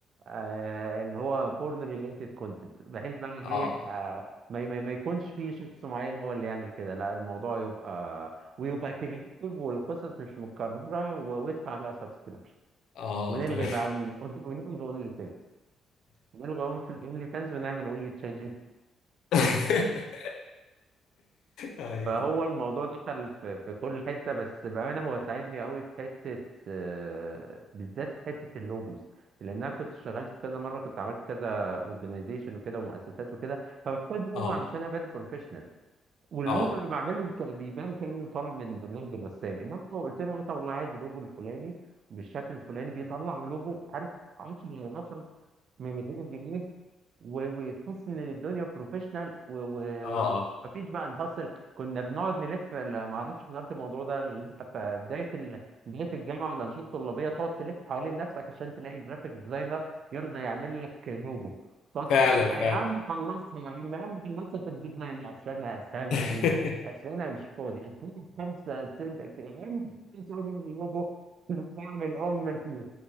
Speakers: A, on the right; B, on the left.
A: آه، اللي هو بورن ريليتد كونتنت بحيث بقى نريح
B: اه
A: آه، ما ما ما يكونش في شخص معين هو اللي يعمل كده لا الموضوع يبقى ويبقى كرييتيف والقصص مش متكررة و- وادفع بقى سبسكريبشن
B: اه
A: ونلغي
B: تمام
A: بقى أونلي- <laughs> ونلغي اونلي فانز نلغي اونلي فانز ونعمل اونلي تشات
B: <laughs> اه
A: فهو الموضوع دخل في, في كل حتة بس بأمانة هو ساعدني قوي في حتة آه، بالذات في حتة اللوجوز لأن أنا كنت اشتغلت كذا مرة كنت عملت كذا اورجنايزيشن وكده ومؤسسات وكده فبحتاج لوجو
B: اه
A: علشان أبان بروفيشنال واللوجو
B: اه
A: اللي بعمله كان بيبان كأنه طالع من برنامج الرسام إنما لو قلت له مثلا والله عايز اللوجو الفلاني بالشكل الفلاني بيطلع لوجو عارف 10 على 10 من غير الجنيه و- وتحس ان الدنيا بروفيشنال و- و-
B: اه
A: و- ومفيش بقى الهصل كنا بنقعد نلف ال- ما اعرفش حضرت الموضوع ده ولا لأ، في بدايه ال... بدايه الجامعه والانشطه الطلابيه تقعد تلف حوالين نفسك عشان تلاقي جرافيك ديزاينر يرضى يعمل لك لوجو تقعد
B: فعلا
A: تتحايل عليه،
B: فعلا
A: يا عم خلصها يا عم يا عم خلصها في الديدلاين لا، اصل انا اصل انا
B: <laughs>
A: مشغول اصل انا مش فاضي اصل انا خمسه سنت يا عم خلص ام اللوجو <laughs> نعمل ام ال